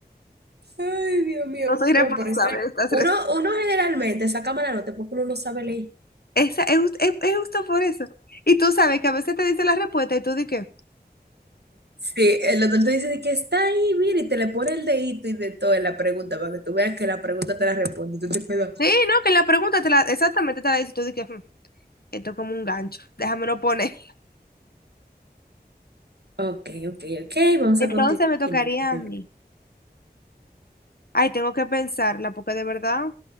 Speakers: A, on the right (about 75°); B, on the left (about 65°).
A: Ay, Dios mío,
B: No soy responsable
A: me parece.
B: de estas
A: Uno,
B: res-
A: uno generalmente saca mala nota porque uno no sabe leer.
B: Esa, es, jus- es, es justo por eso. Y tú sabes que a veces te dice la respuesta y tú di que.
A: Sí, el doctor te dice de que está ahí, mira, y te le pone el dedito y de todo en la pregunta para que tú veas que la pregunta te la responde. Y tú te quedas,
B: Sí, no, que la pregunta te la, exactamente te la dice y tú di que. "Hmm, esto es como un gancho. Déjamelo poner. <laughs>
A: ok, ok, ok, vamos
B: Entonces
A: a continuar.
B: me tocaría
A: continuar.
B: a mí. Ay, tengo que pensarla, porque de verdad.